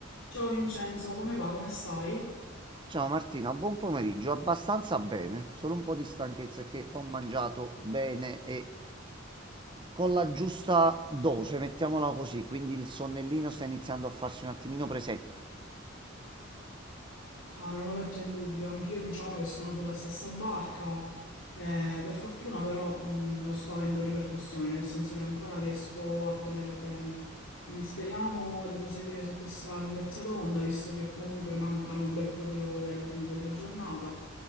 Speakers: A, on the left; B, on the right.
A: Ciao Vincenzo, come va? Come stai?
B: Ciao Martina, buon pomeriggio. Abbastanza bene, solo un po' di stanchezza è che ho mangiato bene e con la giusta dose, mettiamola così, quindi il sonnellino sta iniziando a farsi un attimino presente.
A: Ah, non lo metto in dubbio, anch'io diciamo che sono sulla stessa barca. Eh, per fortuna però mh, non sto avendo ripercussioni, nel senso che ancora riesco a tenere bene. Quindi speriamo di proseguire su questa lunghezza d'onda, visto che comunque mancano un bel po' di ore alla fine della giornata.